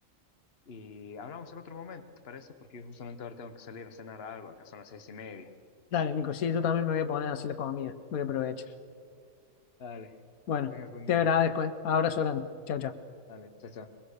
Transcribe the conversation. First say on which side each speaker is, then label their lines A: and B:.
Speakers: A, on the left; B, on the left.
A: Y hablamos en otro momento, ¿te parece? Porque yo justamente ahora tengo que salir a cenar algo. Acá son las seis y media.
B: Dale, Nico, sí, yo también me voy a poner así la comida. Voy a aprovechar.
A: Dale,
B: Bueno,
A: que tengas buen
B: te
A: día.
B: agradezco, ¿eh? Abrazo grande. Chao, chao.
A: Dale, chao, chao.